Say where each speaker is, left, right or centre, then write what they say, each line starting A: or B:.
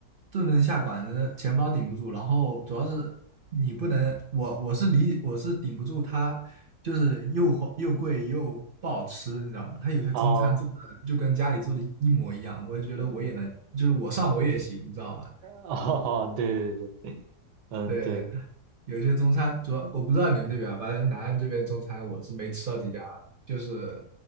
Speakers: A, on the right (about 65°); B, on the right (about 85°).
A: 顿顿下馆子，钱包顶不住，然后主要是你不能，我我是理我是顶不住它，就是又花又贵又不好吃，你知道吗？它有些中餐做的就跟家里做的一模一样，
B: 哦，
A: 我就觉得我也能，
B: 呃，
A: 就是我上我也行，你知道吧？
B: 哦，对对对，嗯，
A: 对对，
B: 对，
A: 有些中餐主要我不知道你们这边啊，反正南安这边中餐我是没吃到几家，就是